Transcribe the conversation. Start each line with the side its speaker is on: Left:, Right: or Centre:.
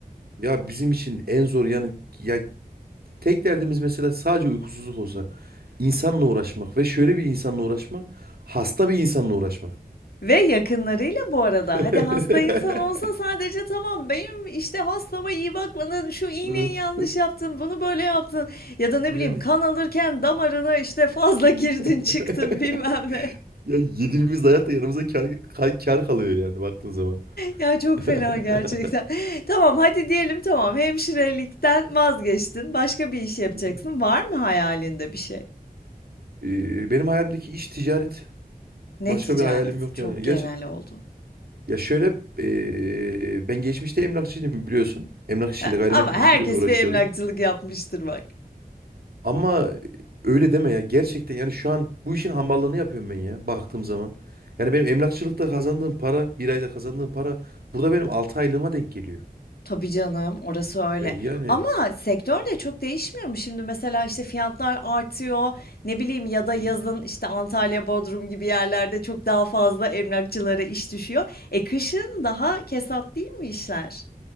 Right: Ya bizim için en zor yanı ya tek derdimiz mesela sadece uykusuzluk olsa insanla uğraşmak ve şöyle bir insanla uğraşmak hasta bir insanla uğraşmak.
Left: Ve yakınlarıyla bu arada.
Right: <laughs>
Left: Hadi hasta insan olsa sadece tamam benim işte hastama iyi bakmadın, şu iğneyi
Right: Evet.
Left: yanlış yaptın, bunu böyle yaptın ya da ne
Right: Yani.
Left: bileyim kan alırken damarına işte fazla <laughs> girdin çıktın
Right: <laughs>
Left: bilmem ne. <laughs>
Right: Ya yediğimiz dayakla yanımıza kar, kar, kar kalıyor yani baktığın zaman.
Left: Ya çok fena
Right: <laughs>
Left: gerçekten. <laughs> Tamam hadi diyelim tamam hemşirelikten vazgeçtin başka bir iş yapacaksın.
Right: Hı hı.
Left: Var mı hayalinde bir şey?
Right: Ee, benim hayalimdeki iş ticaret.
Left: Ne
Right: Başka
Left: ticareti?
Right: bir hayalim yok
Left: Çok
Right: yani.
Left: genel
Right: Gerçi
Left: oldu.
Right: ya şöyle ee, ben geçmişte emlakçıydım biliyorsun. Emlak işiyle
Left: Ha,
Right: gayrimenkul
Left: ama herkes
Right: işiyle uğraşıyordum.
Left: bir emlakçılık yapmıştır bak.
Right: Ama öyle deme ya gerçekten yani şu an bu işin hamballığını yapıyorum ben ya baktığım zaman. Yani benim emlakçılıkta kazandığım para bir ayda kazandığım para burada benim 6 aylığıma denk geliyor.
Left: Tabii canım, orası öyle.
Right: E, yani
Left: Ama sektör de çok değişmiyor mu? Şimdi mesela, işte, fiyatlar artıyor, ne bileyim ya
Right: Hı
Left: da
Right: hı.
Left: yazın, işte, Antalya, Bodrum gibi yerlerde çok daha fazla emlakçılara iş düşüyor. E, kışın daha kesat değil mi işler?